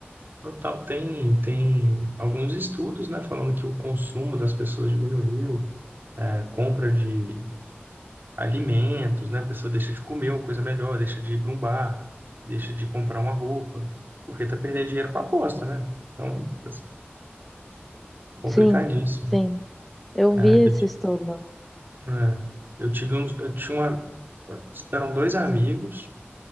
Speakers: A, on the right; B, in the centre.
A: Total, tem, tem alguns estudos, né, falando que o consumo das pessoas diminuiu, é, compra de alimentos, né, a pessoa deixa de comer uma coisa melhor, deixa de ir para um bar, deixa de comprar uma roupa, porque tá perdendo dinheiro com a aposta, né? Então, assim, complicadíssimo.
B: Sim, sim, eu
A: É,
B: vi esse
A: eu, ti-
B: estudo.
A: é, eu tive uns, eu tinha uma, eram dois amigos,